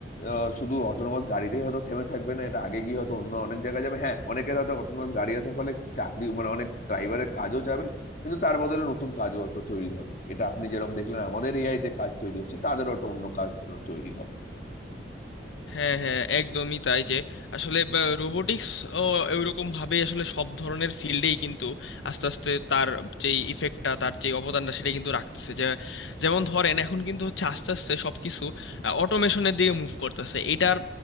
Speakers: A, on the left (about 45°); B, on the left (about 90°).
A: আহ, শুধু অটোনোমাস গাড়িতেই হয়তো থেমে থাকবে না এটা আগে গিয়ে হয়তো অন্য অনেক জায়গায় যাবে হ্যাঁ অনেকের হয়তো অটোনোমাস গাড়ি আসার ফলে চাকরি মানে অনেক ড্রাইভারের কাজও যাবে কিন্তু তার বদলে নতুন কাজও হয়তো তৈরি হবে এটা আপনি যেরকম দেখলেন আমাদের এআই তে কাজ তৈরি হচ্ছে তাদেরও একটা অন্য কাজ ধরনের তৈরি হবে
B: হ্যাঁ হ্যাঁ একদমই তাই যে আসলে রোবোটিক্স ও এরকম ভাবে আসলে সব ধরনের ফিল্ডেই কিন্তু আস্তে আস্তে তার যেই ইফেক্টটা তার যে অবদানটা সেটা কিন্তু রাখতেছে যে যেমন ধরেন এখন কিন্তু হচ্ছে আস্তে আস্তে সবকিছু অটোমেশনের দিকে মুভ করতেছে এটার